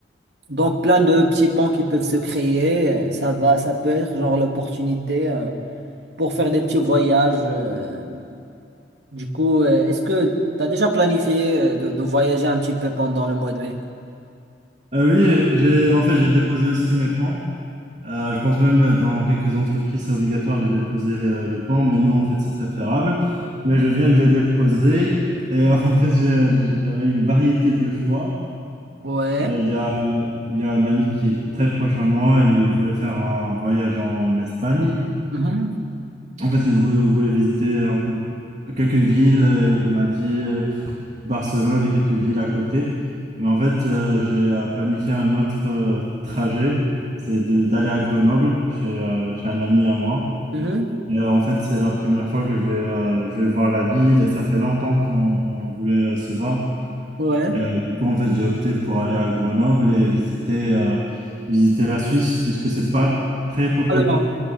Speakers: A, on the right; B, on the right.
A: donc plein de petits ponts qui peuvent se créer. Euh, Ça va, ça peut être genre l'opportunité euh, pour faire des petits voyages. euh. Du coup, euh, est-ce que tu as déjà planifié euh, de, de voyager un petit peu pendant le mois de mai?
B: Euh, oui, j'ai en fait j'ai déposé aussi mes pans. Euh, je pense même euh, dans quelques entreprises c'est obligatoire de déposer euh, le pan, mais nous en fait c'est préférable. Mais je viens de les déposer et euh, <laughs> en fait j'ai- j'avais une variété de choix.
A: Ouais.
B: Euh, Il y a, il y a un ami qui est très proche à moi, il voulait faire un voyage en Espagne.
A: Mhm.
B: En fait, il vou- voulait visiter un peu quelques villes. euh, Il m'a dit. euh, Barcelone et quelques villes à côté. Mais en fait, euh, j'ai euh, planifié un autre euh, trajet, c'est de- d'aller à Grenoble chez, euh, chez un ami à moi.
A: Mhm.
B: Et, euh, en fait, c'est la première fois que je vais, euh, je vais voir la ville et ça fait longtemps qu'on on voulait euh, se voir.
A: Ouais.
B: Et, euh, du coup, en fait, j'ai opté pour aller à Grenoble et visiter, euh, visiter la Suisse puisque c'est pas très proche
A: Alors,
B: du tout.